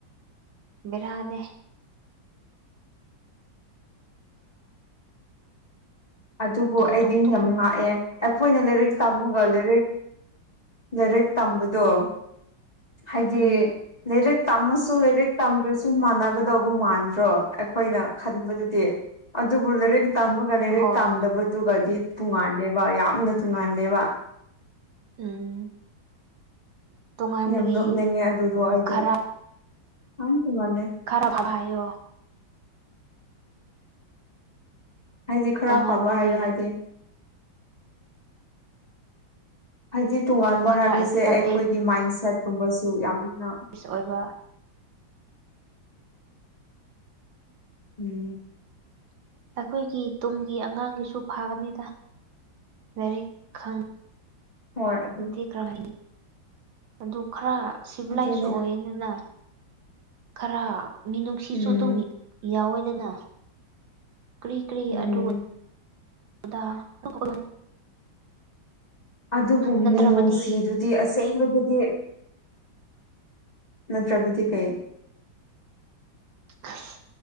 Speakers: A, on the right (about 75°); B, on the left (about 20°).
A: ꯕꯦꯔꯥꯅꯦ
B: ꯑꯗꯨꯕꯨ
A: ꯇꯨꯡ
B: ꯑꯩꯗꯤ
A: ꯇꯨꯡ
B: ꯃꯤꯌꯥꯝ
A: ꯇꯨꯡ
B: ꯉꯥꯛꯑꯦ ꯑꯩꯈꯣꯏꯅ ꯂꯥꯏꯔꯤꯛ ꯇꯝꯃꯒ ꯂꯥꯏꯔꯤꯛ ꯂꯥꯏꯔꯤꯛ ꯇꯝꯕꯗꯣ ꯍꯥꯏꯗꯤ
A: ꯎꯝ
B: ꯂꯥꯏꯔꯤꯛ ꯇꯝꯃꯁꯨ ꯂꯥꯏꯔꯤꯛ ꯇꯝꯗ꯭ꯔꯁꯨ ꯃꯥꯟꯅꯒꯗꯧꯕ ꯃꯥꯟꯗ꯭ꯔꯣ ꯑꯩꯈꯣꯏꯅ ꯈꯟꯕꯗꯗꯤ ꯑꯗꯨꯕꯨ ꯂꯩꯔꯤꯛ ꯇꯝꯕꯒ ꯂꯩꯔꯤꯛ
A: ꯍꯣꯏ
B: ꯗꯨꯒꯗꯤ ꯇꯣꯉꯥꯟꯂꯦꯕ ꯌꯥꯝꯅ ꯇꫭꯉꯥꯟꯂꯦꯕ
A: ꯎꯝ ꯇꯣꯉꯥꯟꯕꯒꯤ
B: ꯌꯥꯝ ꯅꯣꯛꯅꯤꯡꯉꯦ ꯑꯗꯨꯗꯣ
A: ꯍꯝ
B: ꯑꯩꯗꯤ
A: ꯈꯔ
B: ꯌꯥꯝ ꯇꯣꯡꯉꯥꯜꯂꯦ
A: ꯈꯔ ꯍꯥꯚꯥ ꯍꯥꯏꯌꫭ
B: ꯍꯥꯏꯗꯤ ꯈꯔ
A: ꯇꯣꯉꯥꯟꯕꯒꯤ
B: ꯐꯕ ꯍꯥꯏꯌꯣ ꯍꯥꯏꯗꯤ ꯍꯥꯏꯗꯤ ꯇꯣꯉꯥꯟꯕ
A: ꯈꯔ
B: ꯍꯥꯏꯕꯁꯦ
A: ꯑꯦꯗꯚꯥꯟꯇꯦꯖ
B: ꯑꯩꯈꯣꯏꯒꯤ ꯃꯥꯏꯟ ꯁꯦꯠꯀꯨꯝꯕꯁꯨ ꯌꯥꯝꯅ
A: ꯄꯤꯁ ꯑꯣꯏꯕ
B: ꯎꯝ
A: ꯑꯩꯈꯣꯏꯒꯤ ꯇꯨꯡꯒꯤ ꯑꯉꯥꯡꯒꯤꯁꯨ ꯐꯥꯒꯅꯤꯗ ꯂꯥꯏꯔꯤꯛ ꯈꯡ
B: ꯍꯣꯏ ꯑꯗꯨ
A: ꯈꯔ ꯍꯥꯏꯅꯤ ꯑꯗꯨ ꯈꯔ ꯁꯤꯚꯤꯂꯥꯏꯁ
B: ꯑꯗꯨꯅꯦ
A: ꯑꯣꯏ ꯗꯅ ꯈꯔ ꯃꯤꯅꯨꯡꯁꯤꯁꯨ
B: ꯎꯝ
A: ꯑꯗꯨꯝ ꯌꯥꯎꯏꯗꯅ ꯀ꯭ꯔꯤ ꯀ꯭ꯔꯤ
B: ꯎꯝ
A: ꯑꯗꯨ ꯑꯣꯗ <unintelligible>
B: ꯑꯗꯨꯕꯨ
A: ꯅꯠꯇ꯭ꯔꯕꯗꯤ
B: ꯃꯤꯅꯨꯡꯁꯤꯗꯨꯗꯤ ꯑꯁꯦꯡꯕꯗꯗꯤ ꯅꯠꯇ꯭ꯔꯕꯗꯤ ꯀꯩ
A: ꯑꯁ